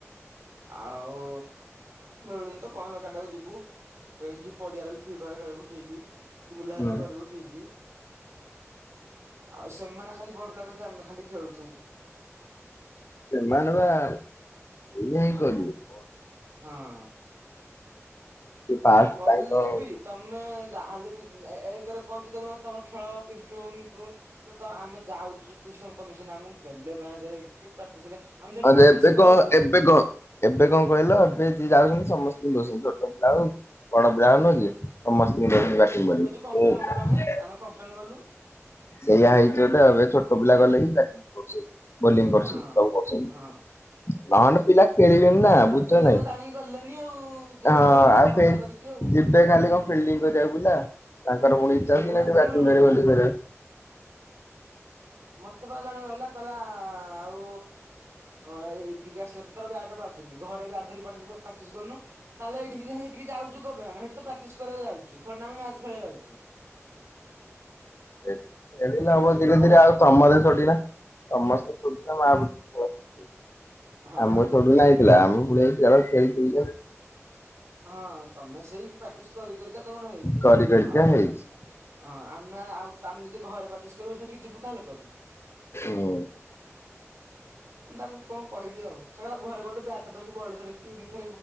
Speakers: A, on the right; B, on the left.
A: ଆଉ ମିଳୁନି ତ କଣ କାଟାକୁ ଯିବୁ ଏଇଠି ପଡିଆ ଫ୍ରି ଫାୟାର ଖେଳିବୁ ଠିକ କି ବୁଲାବୁଲା
B: ହୁଁ
A: କରିବୁ ଠିକ। ଆଉ ସେମାନେ ଖାଲି ବଡ ପିଲା ଆମେ ଖାଲି ଖେଳୁଛୁ।
B: ସେମାନେ ବା ସେଇଆ ହିଁ କରିବେ।
A: ହଁ।
B: ଫାଷ୍ଟ
A: କଲେ
B: ତାଙ୍କ ହଁ
A: ବି ତମେ ଯାହାହେଲେ ବି ଏ ଏ ଏକେରେ କୋହୁଚି ତମେ ତମର ଖେଳ ଇମ୍ପୃଭ୍ ହେଉନି ଇମ୍ପୃଭ୍ କିରେ ତ ଆମେ ଯାଉଚୁ <unintelligible> ତମେ ସିନା ଆମକୁ ଦେଲେ <unintelligible> କି ପ୍ରାକ୍ଟିସରେ ଆମେ ସେଠି
B: ଆ
A: ପ୍ରାକ୍ଟିସ
B: ଏବେ
A: କରିବାକୁ
B: କଣ
A: ଯାଉଛୁ
B: ଏବେ କଣ ଏବେ କଣ କହିଲ ଏବେ ଯିଏ ଯାଉଚନ୍ତି ସମସ୍ତଙ୍କୁ ଦୋଉଚନ୍ତି ଛୋଟ ପିଲା ହୋଇ ବଡ଼ ପିଲା ହୋଉ ନୁହଁ କି ସମସ୍ତିଙ୍କି ଦୋଉଚନ୍ତି
A: ଏ
B: ଲାଠିଙ୍କ ବାଡ଼ି।
A: ଏବେ ଯୋଉ କମ୍ପ୍ଲେନ କଲୁ ଆମେ ଆମେ କମ୍ପ୍ଲେନ କଲୁ
B: ସେଇୟା ହେଇଚି ବଧେ ଏବେ ଛୋଟ ପିଲା ଗଲେ ବି ବ୍ୟାଟିଙ୍ଗ କରୁଚି। ବୋଲିଂ କରୁଚନ୍ତି
A: ହଁ
B: ସବୁ କରୁଚନ୍ତି
A: ହଁ
B: ନହେଲେ ପିଲା ଖେଳିବେନି
A: ପିଲା
B: ନା ବୁଝ
A: ପିଲା
B: ନାଇଁ
A: ତ ଜାଣିକି ଗଲେନି ଆଉ ଯିଏ
B: ହଁ
A: ଯା ରହିଲେ
B: ଆଉ
A: ମନଉଣା କରିକି ଆଉ
B: ଯିବେ ଖାଲି କଣ କରିବାକୁ ପିଲା ତାଙ୍କର ପୁଣି
A: ଫିଲ୍ଡିଂ
B: ଇଚ୍ଛା ଅହା
A: ବି ତ
B: ବ୍ୟାଟିଂ
A: ସେତିକି ମିଳୁନଥିଲା।
B: କରିବାକୁ
A: ମତେ ବା ଜଣେ କହିଲା କହିଲ ଆଉ ଏ ଏଇଠିକି ଆସିଲ ତ ତାର ବ୍ୟାଟ ଜୁନି ଘରେ ଆ ବ୍ୟାଟ୍ ଧରି ପ୍ରାଟେସ ପ୍ରାକ୍ଟିସ କରୁନୁ। ତାହେଲେ ଏଇଠି ସେଠିକି ଯାଉଚୁ କଣ ପାଇଁ ଆମେ ହେଠି ତ ପ୍ରାକ୍ଟିସ କରିବାକୁ ଯାଉଚୁ ଥୋଡ଼ିନା ଆମେ ମ୍ୟାଚ୍ ଖେଳିବାକୁ ଯାଉ ଉଚୁ।
B: ହେ ଖେଳିଲେ ହବ
A: ଚିନ୍ତାଧାରା
B: ଧୀରେ ଧୀରେ ଆଉ
A: ଏମିତିଆ
B: ତମର ଥୋଡ଼ିନା ସମସ୍ତେ ଛୁଟି <unintelligible>
A: ହଁ
B: ଆମ ଛୋଟୁ ନାଇଁଥିଲା ଆମକୁ ପୁଣି
A: ହଁ ତମେ ସେଇ ପ୍ରାକ୍ଟିସ କରି କରି କରିକା ତମର ହେଇଚି
B: କରି କରିକା
A: ଆଉ
B: ହେଇଛି
A: ହଁ ଆମେ ଆଉ ଆମେ ଯଦି ଘରେ ପାଟିସ କରିବୁ ସେଠିକ ଯିବୁ ତାହେଲେ କଣ ପାଇଁ?
B: ହୁଁ।
A: ମୁଁ ତାକୁ କଣ କହିବି ଆଉ ସେ ଘରେ ଗୋଟେ ବ୍ୟାଟ ଧରିକି ବଡ ଧରିକି ନିି ଖ